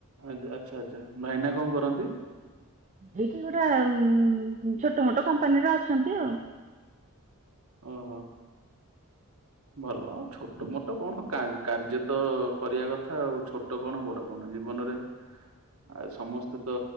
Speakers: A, on the right; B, on the right.
A: ଆଜ୍ ଆଛା ଆଛା ଭାଇନା କଣ କରନ୍ତି?
B: ଏଇଠି ଗୋଟା ଉଁ ଛୋଟ ମୋଟ କମ୍ପାନୀରେ ଅଛନ୍ତି ଆଉ।
A: ଓହୋ। ଭଲ ଛୋଟ ମୋଟ କଣ କା କାର୍ଯ୍ୟ ତ କରିବା କଥା ଆଉ ଛୋ ଛୋଟ କଣ ବଡ କଣ ଜୀବନରେ ଆଉ ସମସ୍ତେ ତ